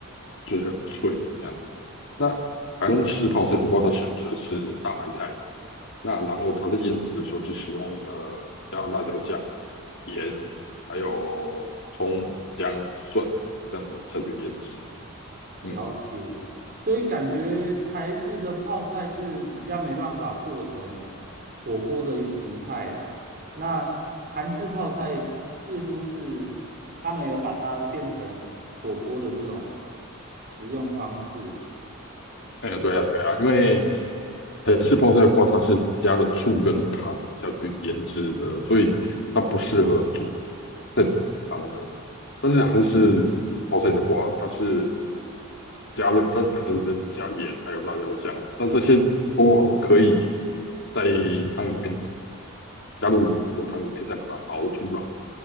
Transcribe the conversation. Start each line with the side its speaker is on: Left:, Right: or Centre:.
Left: 就是很脆这样子。那韩式泡菜的话，它使用的是大白菜，那然后它在腌制的时候是使用呃加辣椒酱、盐还有葱、姜、蒜这样子下去腌制。
Right: 了解，
Left: 嗯，
Right: 所以感觉台式的泡菜是比较没办法做成火锅的形态啦。那韩式泡菜似乎是他们有把它变成火锅的这种食用方式欸，
Left: 哎呀，对呀，对呀，因为台式泡菜的话，它是加了醋跟糖下去腌制的，所以它不适合煮再煮汤了。但是韩式泡菜的话，它是加了它本身的加盐还有辣椒酱，但这些都可以在汤里面加入火锅汤里面再把它熬出来，